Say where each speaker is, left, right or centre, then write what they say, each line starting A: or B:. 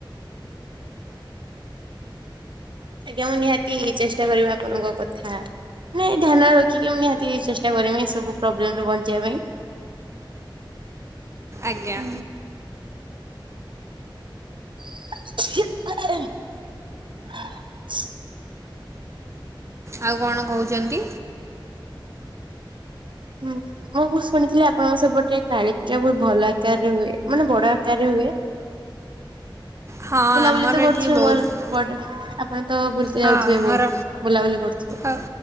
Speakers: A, on the right; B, on the right.
A: ଆଜ୍ଞା ମୁଁ ନିହାତି ଚେଷ୍ଟା କରିବି ଆପଣଙ୍କ କଥା। ନାଇଁ ଧ୍ୟାନରେ ରଖିକି ମୁଁ ନିହାତି ଚେଷ୍ଟା କରମି ଏ ସବୁ ପ୍ରୋବଲେମରୁ ବଞ୍ଚିବା ପାଇଁ।
B: ଆଜ୍ଞା।
A: ହୁଁ <unintelligible>
B: ଆଉ କଣ କହୁଛନ୍ତି।
A: ହୁଁ ହୁଁ। ମୁଁ ଶୁଣିଥିଲି ଆପଣଙ୍କ ସେପଟେ କାଳୀ ପୂଜା ବହୁତ ଭଲ ଆକାରରେ ହୁଏ ମାନେ ବଡ ଆକାରରେ ହୁଏ।
B: ହଁ
A: ବୁଲାବୁଲି
B: ଆମର
A: ତ କରୁଥିବେ
B: ଏଠି ବହୁତ
A: ବଡ ଆପଣ ତ ବୁଲତେ
B: ହଁ
A: ଯାଉଥିବେ
B: ଆମର
A: ବହୁତ ବୁଲାବୁଲି କରୁଥିବେ।
B: ଅ